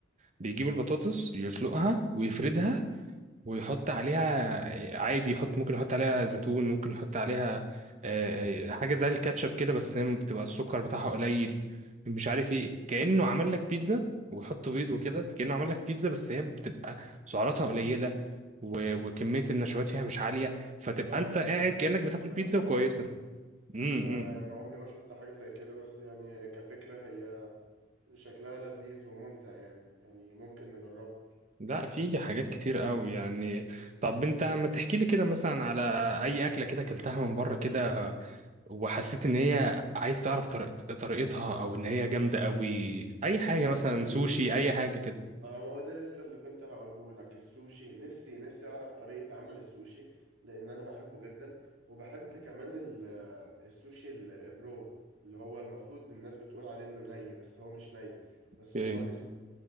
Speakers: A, on the right; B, on the right.
A: بيجيب البطاطس يسلقها ويفردها ويحط عليها عادي يحط ممكن يحط عليها زيتون ممكن يحط عليها آه، آه، حاجة زي الكاتشب كده بس هي بتبقى السكر بتاعها قليل مش عارف ايه كأنه عمل لك بيتزا ويحط بيض وكده كأنه عمل لك بيتزا بس هي بتبقى سعراتها قليلة و- وكمية النشويات فيها مش عالية فتبقى
B: لا
A: انت
B: دي
A: قاعد كأنك
B: دي فكرة
A: بتاكل بيتزا
B: حلوة
A: وكويسة
B: دي
A: امم
B: ما
A: امم.
B: يعني عمري ما شفت حاجة زي كده بس يعني كفكرة هي شكلها لذيذ وممتع يعني يعني ممكن نجربها
A: لا في حاجات كتير قوي يعني طب انت ما تحكي لي كده مثلا على اي اكلة كده اكلتها من بره كده وحسيت ان هي عايز تعرف طريقت- طريقتها او ان هي جامده قوي اي حاجه
B: يعني
A: مثلا
B: حقيقي
A: سوشي اي حاجه كده
B: اه ما هو ده لسه اللي كنت هقوله لك السوشي نفسي نفسي اعرف طريقة عمل السوشي لان انا بحبه جدا وبحب كمان ال- آه، السوشي ال- الرو اللي هو المفروض الناس بتقول عليه انه ني بس هو مش ني
A: اوكي
B: بس هو اسمه